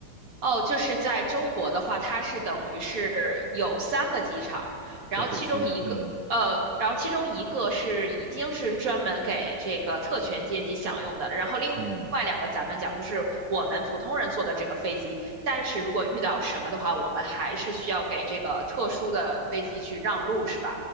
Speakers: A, on the right; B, on the right.
A: 哦，就是在中国的话，它是等于是有三个机场，然后其中一个，
B: 在北京，嗯
A: 呃，然后其中一个是已经是专门给这个特权阶级享用的了，然后另外两个咱们讲就是我们普通人坐的这个飞机，
B: 嗯，
A: 但是如果遇到什么的话，我们还是需要给这个特殊的飞机去让路，是吧？